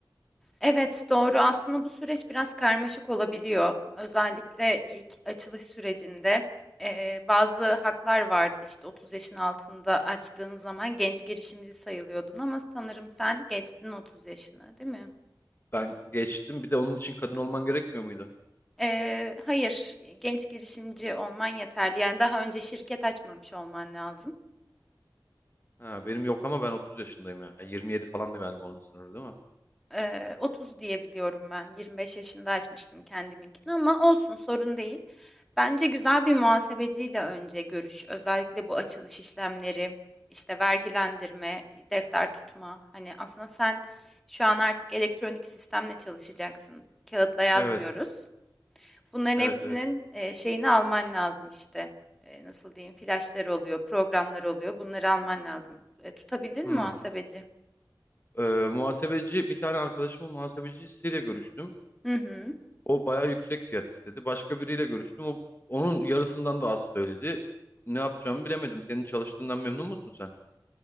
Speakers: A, in the centre; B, on the left.
A: Evet, doğru. Aslında bu süreç biraz karmaşık olabiliyor. Özellikle ilk açılış sürecinde eee, bazı haklar vardı. İşte 30 yaşın altında açtığın zaman genç girişimci sayılıyordun ama sanırım sen geçtin 30 yaşını, değil mi?
B: Ben geçtim bir de onun için kadın olman gerekmiyor muydu?
A: Eee, hayır, genç girişimci olman yeterli. Yani daha önce şirket açmamış olman lazım.
B: Ha, benim yok ama ben 30 yaşındayım ya. 27 falandı galiba onun sınırı değil mi?
A: Eee, 30 diyebiliyorum ben. 25 yaşında açmıştım kendiminkini ama olsun sorun değil. Bence güzel bir muhasebeciyle önce görüş. Özellikle bu açılış işlemleri, işte vergilendirme, defter tutma. Hani aslında sen şu an artık elektronik sistemle çalışacaksın. Kağıtla yazmıyoruz.
B: Evet.
A: Bunların
B: Evet
A: hepsinin
B: evet.
A: eee, şeyini alman lazım işte. Eee, nasıl diyeyim? Flaşlar oluyor, programlar oluyor. Bunları alman lazım. E, tutabildin
B: Hmm.
A: mi muhasebeci?
B: Ee, muhasebeci bir tane arkadaşımın muhasebecisiyle görüştüm.
A: Hı hı.
B: O bayağı yüksek fiyat istedi. Başka biriyle görüştüm. O, onun yarısından da az söyledi. Ne yapacağımı bilemedim. Senin çalıştığından memnun musun sen?